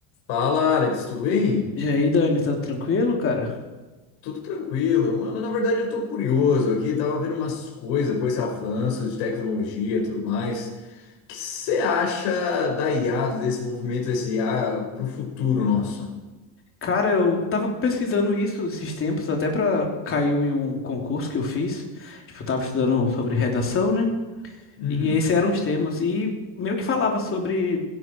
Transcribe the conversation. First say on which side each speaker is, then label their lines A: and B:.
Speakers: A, on the left; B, on the left.
A: Fala, Alex, tudo bem?
B: E aí, Dani, tá tranquilo, cara?
A: Tudo tranquilo. Mano, na verdade eu tô curioso aqui, tava vendo umas coisas com esse avanço de tecnologia e tudo mais. O que você acha da IA, do desenvolvimento desse IA pro futuro nosso?
B: Cara, eu tava pesquisando isso esses tempos, até pra caiu em um concurso que eu fiz. Tipo, eu tava estudando
A: Hum,
B: sobre redação, né?
A: hum,
B: E esses eram os temas. E meio que falava sobre